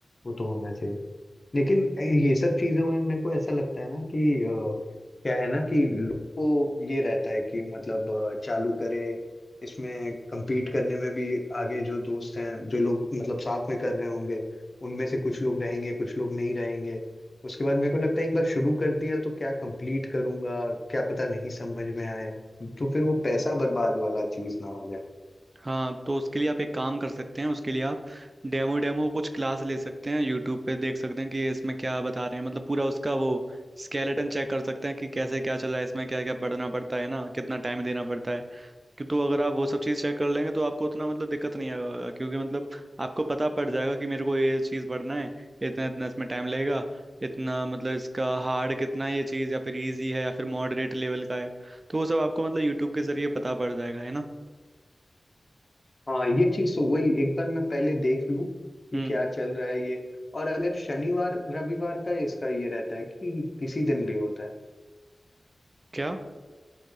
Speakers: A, on the left; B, on the right.
A: वो तो होना चाहिए लेकिन ये सब चीजों में मेरे को ऐसा लगता है ना कि अ, क्या है ना कि लोग को ये रहता है कि मतलब अ, चालू करे इसमें compete करने में भी आगे जो दोस्त हैं जो लोग मतलब साथ में कर रहे होंगे उनमें से कुछ लोग रहेंगे कुछ लोग नहीं रहेंगे उसके बाद मेरे को लगता है एक बार शुरू कर दिया तो क्या कंप्लीट करूंगा क्या पता नहीं समझ में आए तो फिर वो पैसा बर्बाद वाला चीज ना हो
B: हाँ तो उसके लिए आप एक काम कर सकते हैं उसके लिए आप डेमो डेमो कुछ क्लास ले सकते हैं यूट्यूब पे देख सकते हैं कि ये इसमें क्या बता रहे हैं मतलब पूरा उसका वो स्केलेटन चेक कर सकते हैं कि कैसे क्या चला है इसमें क्या क्या पढ़ना पड़ता है ना कितना टाइम देना पड़ता है कि तो अगर आप वो सब चीज़ चेक कर लेंगे तो आपको उतना मतलब दिक्कत नहीं आएगा क्योंकि मतलब आपको पता पड़ जाएगा कि मेरे को ये चीज़ पढ़ना है इतना इतना इसमें टाइम लगेगा इतना मतलब इसका हार्ड कितना है ये चीज़ या फिर इजी है या फिर मॉडरेट लेवल का है तो वो सब आपको मतलब यूट्यूब के जरिए पता पड़ जाएगा है ना
A: हाँ ये चीज तो वही एक बार मैं पहले देख लूँ कि
B: हम्म
A: क्या चल रहा है ये और अगर शनिवार रविवार का इसका ये रहता है कि किसी दिन भी होता है
B: क्या